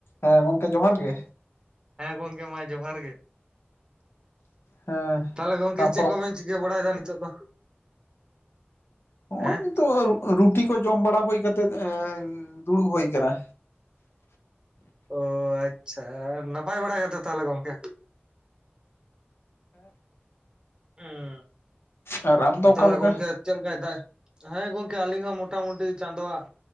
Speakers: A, on the left; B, on the right.
A: ᱦᱮᱸ ᱜᱚᱝᱠᱮ ᱡᱚᱦᱟᱨ ᱜᱮ᱾
B: ᱦᱮᱸ ᱜᱚᱝᱠᱮ ᱢᱟ ᱡᱚᱦᱟᱨ ᱜᱮ,
A: ᱦᱮᱸ
B: ᱛᱟᱦᱚᱞᱮ ᱜᱚᱝᱠᱮ
A: ᱛᱟᱯᱚᱨ
B: ᱪᱮᱫ ᱠᱚᱵᱮᱱ ᱪᱤᱠᱟᱹ ᱵᱟᱲᱟᱭᱮᱫᱟ ᱱᱤᱛᱚᱜ ᱫᱚ?
A: ᱦᱚᱜᱼᱚᱭ
B: ᱦᱮᱸ
A: ᱱᱤᱛᱚᱜ ᱨᱩᱴᱤ ᱠᱚ ᱡᱚᱢ ᱵᱟᱲᱟ ᱦᱩᱭ ᱠᱟᱛᱮᱫ ᱮ ᱫᱩᱲᱩᱵ ᱦᱩᱭ ᱟᱠᱟᱱᱟ᱾
B: ᱚ ᱟᱪᱪᱷᱟ, ᱱᱟᱯᱟᱭ ᱵᱟᱲᱟ ᱜᱮᱛᱚ ᱛᱟᱦᱚᱞᱮ ᱜᱚᱝᱠᱮ? ᱦᱚᱸ,
A: ᱟᱨ ᱟᱢ ᱫᱚ
B: ᱟ
A: ᱚᱠᱟᱞᱮᱠᱟ
B: ᱛᱟᱦᱞᱮ ᱜᱚᱝᱠᱮ ᱪᱮᱫ ᱞᱮᱠᱟᱭ ᱫᱟᱭ ᱦᱮᱸ ᱜᱚᱝᱠᱮ ᱟᱹᱞᱤᱧ ᱦᱚᱸ ᱢᱳᱴᱟᱢᱩᱴᱤ ᱪᱟᱸᱫᱳᱣᱟᱜᱼᱼ